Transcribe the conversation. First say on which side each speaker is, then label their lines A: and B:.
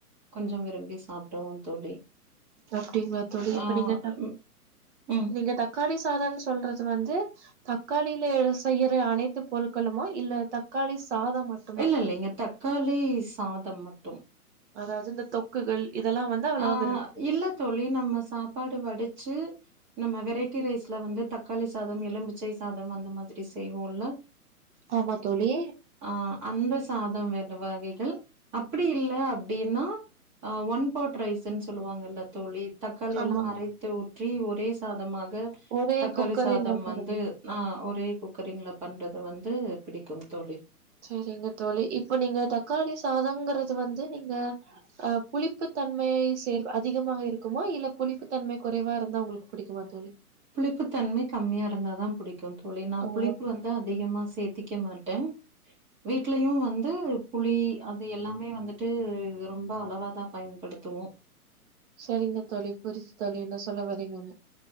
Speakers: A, on the right (about 25°); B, on the right (about 50°).
A: கொஞ்ச விரும்பி சாப்டுவோ தோழி
B: அப்டிங்களா தோழி இப்ப
A: ஆ
B: நீங்க தக்
A: ம் ம்.
B: நீங்க தக் காளி சாதம் சொல்றது வந்து தக்காளியில செய்யிற அனைத்து பொருட்களுமா இல்ல தக்காளி சாத மட்டு
A: இல்ல இல்ல இங்க தக்காளி சாதம் மட்டும்
B: இதாவது இந்த தொக்குகள் இதெல்லா வந்து அவ்ளோவா
A: ஆ இல்ல தோழி நம்ம சாப்பாடு வடிச்சு நம்ம வெரைட்டி ரைஸ்ல வந்து தக்காளி சாதம் எலும்புச்சை சாதம் அந்த மாதிரி செய்வோல்ல
B: ஆமா தோழி
A: ஆ அந்த சாதம் வேர வகைகள் அப்டி இல்ல அப்டின்னா அ ஒன் பாட் ரைஸ்ன்னு சொல்லுவாங்கல்ல தோழி தக்காளி
B: ஆமா
A: எல்லாம் அரைத்து ஊற்றி ஒரே சாதமாக
B: ஒரே
A: தக்காளி
B: குக்கரில்
A: சாதம்
B: வைக்கிறது
A: வந்து ஆ ஒரே குக்கரிங்ல பண்றது வந்து பிடிக்கும் தோழி
B: சரிங்க தோழி இப்ப நீங்க தக்காளி சாதங்குறது வந்து நீங்க அ புளிப்பு தன்மை சேர் அதிகமாக இருக்குமா இல்ல புளிப்பு தன்மை குறைவா இருந்தா உங்களுக்கு புடிக்குமா தோழி
A: புளிப்பு தன்மை கம்மியா இருந்தாதா புடிக்கு தோழி நா
B: ஓ
A: புளிப்பு வந்து அதிகமா சேத்திக்க மாட்டே வீட்லயு வந்து புளி அது எல்லாமே வந்துட்டு ரொம்ப அளவாதா பயன்படுத்துவோ
B: சரிங்க தோழி புரிச்சு தோழி என்ன சொல்லவரீங்கன்னு